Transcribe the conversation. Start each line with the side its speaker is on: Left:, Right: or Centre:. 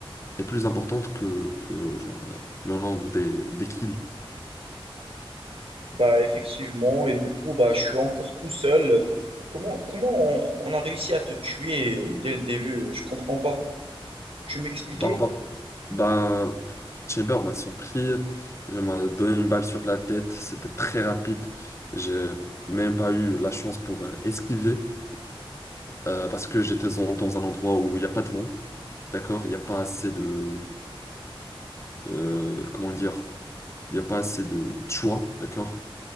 Left: est plus importante que, que genre euh, le nombre des, des kills.
Right: Bah, effectivement, et du coup, bah, je suis encore tout seul. Comment, comment on, on a réussi à te tuer dès le début? Je comprends pas. Tu m'expliquais?
Left: Bah, bah, bah, Chamber m'a surpris. Il m'a donné une balle sur la tête. C'était très rapide. J'ai même pas eu la chance pour euh, esquiver euh, parce que j'étais dans, dans un endroit où il n'y a pas de vent. D'accord? Il n'y a pas assez de. euh, comment dire? Il n'y a pas assez de de choix. D'accord?